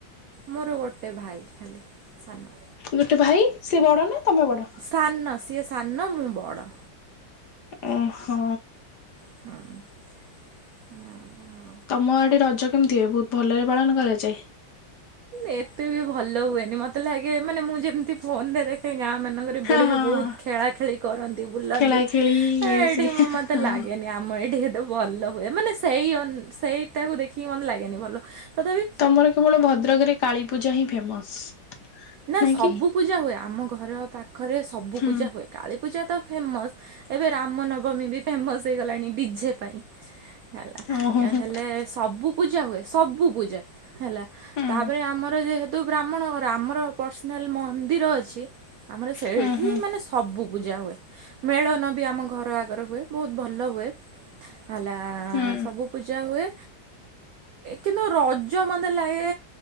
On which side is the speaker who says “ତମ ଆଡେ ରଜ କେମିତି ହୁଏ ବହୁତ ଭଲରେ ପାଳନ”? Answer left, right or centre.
Left